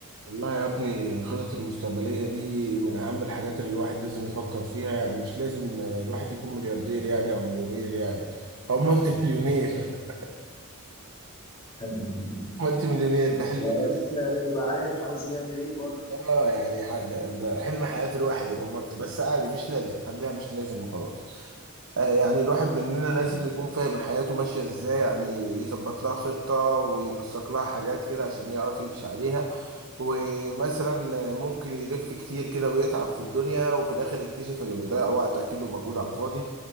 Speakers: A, on the right (about 65°); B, on the left (about 25°).
A: والله يا ابني الخطط المستقبلية دي من أهم الحاجات اللي الواحد لازم يفكر فيها يعني مش لازم آه، الواحد يكون ملياردير يعني أو مليونير يعني أو مالتي مليونير <laughs>
B: <laughs>
A: مالتي مليونير ده حلم
B: لا
A: ب-
B: بس يعني يبقى عارف عايز يعمل ايه برضه
A: آه يعني ح- ده ده حلم حياة الواحد يبقى مالتي بس عادي مش لازم خليها مش لازم وخلاص آه يعني الواحد مننا لازم
B: مم.
A: يكون فاهم حياته ماشية إزاي يعني يظبط لها خطة وينسق لها حاجات كده عشان يعرف يمشي عليها ومثلا ممكن يلف كتير كده ويتعب في الدنيا وفي الاخر يكتشف انه بيضيع وقت اكيد ومجهود على الفاضي